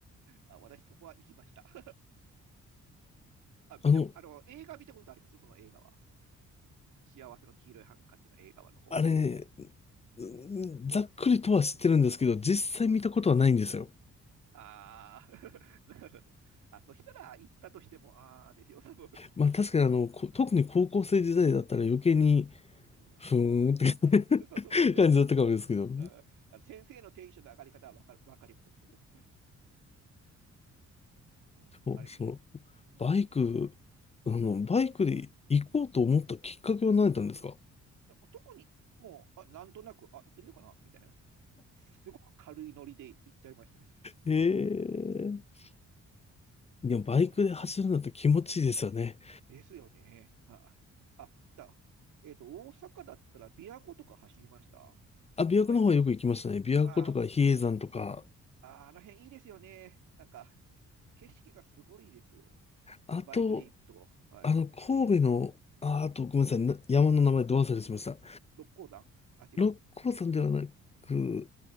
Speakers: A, on the right; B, on the left.
A: あ、私そこは行きました。<laughs> あ、見た、
B: あの、
A: あの、映画見たことありますその映画は。幸せの黄色いハンカチの映画の方は。
B: あれね、うんざっくりとは知ってるんですけど、実際見たことはないんですよ。
A: ああ、<laughs> なるほど。あ、そしたら行ったとしても、ああですよ、多分。
B: まあ確かにあの、こ特に高校生時代だったら余計に、
A: うん。うん
B: ふーんって
A: そうそう、そうですね。
B: <laughs> 感じだったかもですけど、
A: そうああの先生のテンションの上がり方はわかる、わかります、僕も。うん。
B: そうそう、
A: あれ、うん。
B: バイク、あの、
A: うん。
B: バイクで行こうと思ったきっかけは何だったんですか
A: なんか特に、もう、あ、なんとなく、あ、行ってみようかな、みたいな。すごく軽いノリで行っちゃいましたね。
B: ええーでもバイクで走るのって気持ちいいですよね。
A: そうです。ですよね。はああ、じゃあ、えっと、大阪だったら、琵琶湖とか走りました
B: あ、琵琶湖の方はよく行きましたね。
A: バイクで。
B: 琵琶湖とか比叡山とか、
A: ああ、あー、あの辺いいですよね。なんか、景色がすごいです。
B: あと、
A: のバイクで行くと、はい。
B: あの、神戸の、あ、あとごめんなさい、な山の名前ど忘れしました。
A: 六甲山あ、違う。
B: 六甲山ではなく、